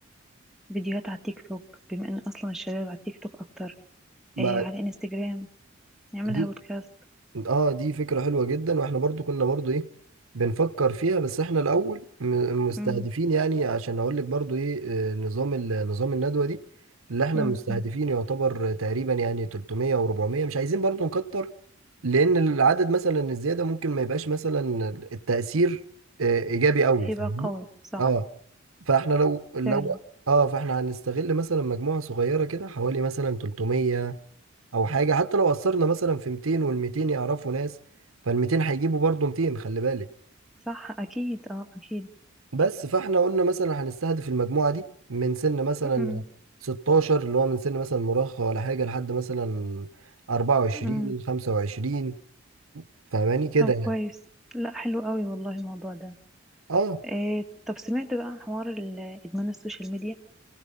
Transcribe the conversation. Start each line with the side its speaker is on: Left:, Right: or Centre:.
Centre: فيديوهات على التيك توك بما إن أصلا الشباب على التيك توك أكتر
Right: ما
Centre: آه، على إنستجرام نعملها
Right: دي
Centre: بودكاست
Right: اه دي فكرة حلوة جدا واحنا برضو كنا برضو ايه بنفكر فيها بس احنا الاول م- مستهدفين
Centre: أمم،
Right: يعني عشان اقول لك برضو ايه آه، نظام ال- نظام الندوة دي اللي احنا
Centre: أمم،
Right: مستهدفين
Centre: أمم.
Right: يعتبر تقريبا يعني 300 او 400 مش عايزين برضو نكتر لان العدد مثلا الزيادة ممكن ما يبقاش مثلا التأثير آه، ايجابي قوي
Centre: هيبقى
Right: فاهمني
Centre: قوي صح
Right: اه فاحنا لو لو
Centre: فعلا
Right: اه فاحنا هنستغل مثلا مجموعة صغيرة كده حوالي مثلا 300 او حاجه حتى لو قصرنا مثلا في 200 وال 200 يعرفوا ناس فال 200 هيجيبوا برضه 200 خلي بالك
Centre: صح أكيد أه أكيد
Right: بس فاحنا قلنا مثلا هنستهدف المجموعه دي من سن مثلا
Centre: أمم،
Right: 16 اللي هو من سن مثلا مراهقه ولا حاجه لحد مثلا 24
Centre: أمم.
Right: 25 فاهماني كده
Centre: طب كويس
Right: يعني
Centre: لا حلو قوي والله الموضوع ده
Right: اه
Centre: إيه طب سمعت بقى عن حوار ال- ادمان السوشيال ميديا